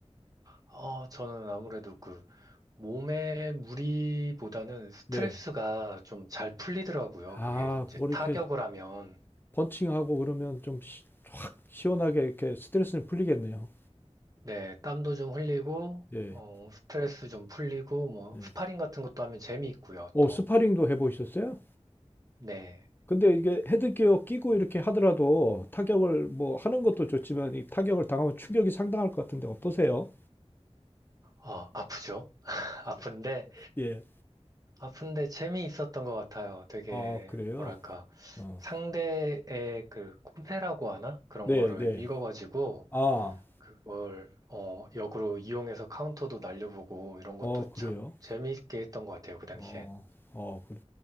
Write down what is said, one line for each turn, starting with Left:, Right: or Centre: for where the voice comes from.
Right: 어, 저는 아무래도 그 몸의 무리보다는 스트레스가
Left: 네.
Right: 좀 잘 풀리더라고요.
Left: 아,
Right: 그게 이제
Left: 뭐 이렇게
Right: 타격을 하면
Left: 펀칭하고 그러면 좀 시, 원하게 이렇게 스트레스는 풀리겠네요.
Right: 네, 땀도 좀 흘리고
Left: 네.
Right: 어, 스트레스 좀 풀리고 뭐
Left: 네.
Right: 스파링 같은 것도 하면 재미있고요.
Left: 어,
Right: 또
Left: 스파링도 해보셨어요?
Right: 네.
Left: 근데 이게 헤드기어 끼고 이렇게 하더라도 타격을 뭐 하는 것도 좋지만 이 타격을 당하면 충격이 상당할 것 같은데 어떠세요?
Right: 어, 아프죠? <laughs> 아픈데
Left: 예.
Right: 아픈데 재미있었던 것 같아요. 되게,
Left: 아, 그래요?
Right: 뭐랄까,
Left: 어.
Right: 상대의 그 꿈새라고 하나? 그런
Left: 네,
Right: 거를
Left: 네.
Right: 읽어가지고,
Left: 아,
Right: 그걸, 어, 역으로 이용해서 카운터도 날려보고, 이런 것도
Left: 어, 그래요?
Right: 참 재미있게 했던 것 같아요. 그 당시엔.
Left: 어, 어, 그래.